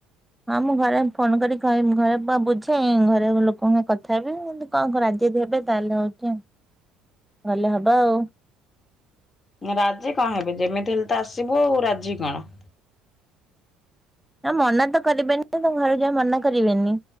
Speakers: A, in the centre; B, on the left.
A: ହଁ ମୁଁ ଘରେ ଫୋନ କରି କହିମି, ଘରେ ବୁଝେ, ଘରେ ଲୋକଙ୍କ କଥା ହେବି କଣ କର, ରାଜି ଯଦି ହେବେ ତାହେଲେ ହଉଚି ଭଲ ହବ ଆଉ।
B: ରାଜି କଣ ହେବେ? ଯେମିତି ହେଲେ ତ ଆସିବୁ ଆଉ ରାଜି କଣ?
A: ନା ମନା ତ କରିବେନି, ତୋ ଘରକୁ ଯିବାକୁ ମନା କରିବେନି।